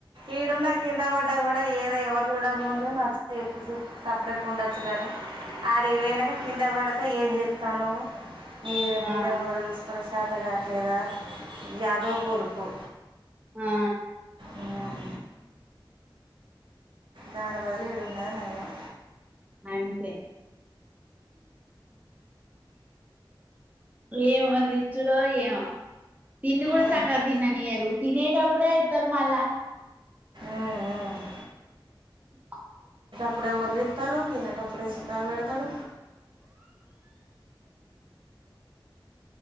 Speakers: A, on the right; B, on the right.
A: ఇడున్న కింద పడ్డా కూడా ఏదో ఎవరు చూడక ముందు నచ్చ చెప్పి చూ సప్డేక ఉండొచ్చు కానీ ఆడికి వెనంక కింద పడితే ఏం చెతు తను ఈమె బిడ్డను
B: ఆ
A: కూడా చూసుకోన చాత కావట్లేదా ఇగ అదో కొలుపు
B: ఆ
A: ఉమ్. దాని బదులు ఇడున్నది నయం
B: అంతే ఎం ఒరిచూడో ఏమో తిండి కూడా
A: ఉమ్.
B: సక్కగా తిన్ననియరు తినేటప్పుడే ఎత్తరు మళ్ళా
A: ఆ ఆ
B: ఆ
A: అప్పుడే ఒర్రితరు తినేటప్పుడే చికాకు పెడతాడు